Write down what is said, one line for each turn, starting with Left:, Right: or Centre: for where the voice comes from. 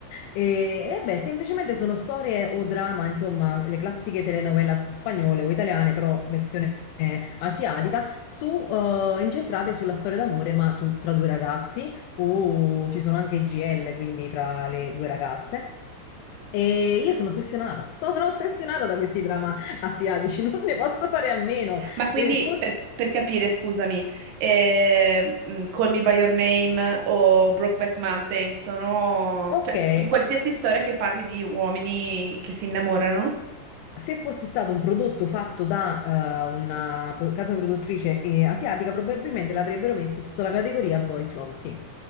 Left: E vabbè, semplicemente sono storie o drama, insomma, le classiche telenovelas spagnole o italiane, però versione eh, asiatica, su, eh, incentrate sulla storia d'amore, ma tu- tra due ragazzi, o ci sono anche GL, quindi tra le due ragazze. E io sono ossessionata, <laughs> sono ossessionata da questi drama asiatici, <laughs> non ne posso fare a meno.
Right: Ma quindi
Left: E for-
Right: per, per capire, scusami, eh, mh, Call Me by Your Name o Brokeback Mountain sono...
Left: ok,
Right: cioè, tu- qualsiasi
Left: ok.
Right: storia che parli di uomini che si innamorano?
Left: Se fosse stato un prodotto fatto da eh, una pro- casa produttrice eh, asiatica, probabilmente l'avrebbero messo sotto la categoria Boys Love, sì.